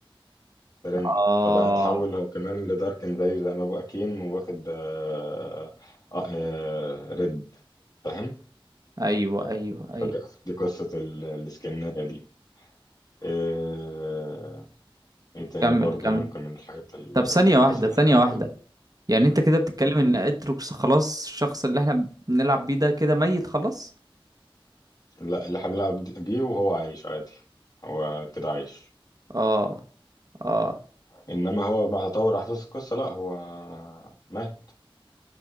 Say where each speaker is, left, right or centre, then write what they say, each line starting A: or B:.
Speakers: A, on the left; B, on the right.
A: ترند
B: اه
A: فبقى اتحول هو كمان لداركن زيه زي ما بقى كين واخد آه آه آه ريد فاهم
B: ايوه ايوه ايوه
A: فجأة دي قصة ال- الاسكناية دي آه، ايه تاني
B: كمل
A: برضو
B: كمل
A: ممكن من الحاجات ال-
B: طب ثانية
A: القصص
B: واحدة ثانية
A: الحلوة
B: واحدة يعني انت كده بتتكلم ان اتروكس خلاص الشخص اللي احنا بنلعب بيه ده كده ميت خلاص
A: لا اللي هنلعب دي- بيه وهو عايش عادي هو كده عايش
B: اه اه
A: انما هو مع تطور احداث القصه لا هو مات